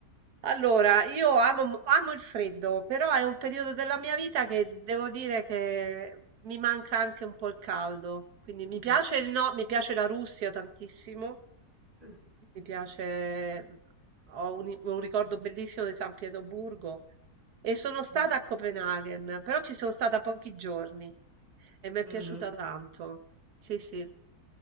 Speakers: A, on the right; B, on the right.
A: Allora, io amo, mo- amo il freddo, però è un periodo della mia vita che devo dire che mi manca anche un po' il caldo. Quindi mi piace
B: Mm.
A: il no, mi piace la Russia tantissimo,
B: Mm.
A: mi piace, mhmm, ho un, un ricordo bellissimo di San Pietroburgo e sono stata
B: Mm.
A: a Copenaghen, però ci sono stata pochi giorni e mi è
B: Mhm.
A: piaciuta tanto. Sì, sì.